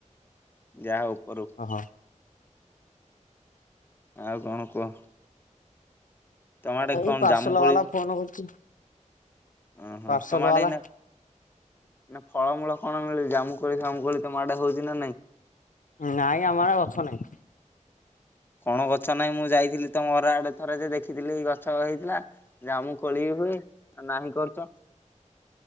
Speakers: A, on the left (about 15°); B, on the left (about 90°).
A: ଯାହା ଉପରୁ
B: ଓହ।
A: ଆଉ କଣ କୁହ? ତମ ଆଡେ
B: ଏଇ
A: କଣ
B: ପାର୍ସଲ
A: ଜାମୁକୋଳି
B: ବାଲା ଫୋନ କରୁଛି।
A: ଓହୋ
B: ପାର୍ସଲ
A: ତମ ଆଡେ
B: ବାଲା
A: ଏଇନା ନା ଫଳମୂଳ କଣ ମିଳୁଚି ଜାମୁ କୋଳି ଫାମୁ କୋଳି ତମ ଆଡେ ହଉଛି ନା ନାଇଁ?
B: ନାଇଁ ଆମ ଆଡେ ଗଛ ନାହିଁ।
A: କଣ ଗଛ ନାଇଁ ମୁଁ ଯାଇଥିଲି ତ ଘର ଆଡେ ଥରେ ଯେ ଦେଖିଥିଲି ଗଛ ହେଇଥିଲା। ଜାମ୍ମୁ କୋଳିି ହୁଏ ଆଉ ନାହିଁ କରୁଛ।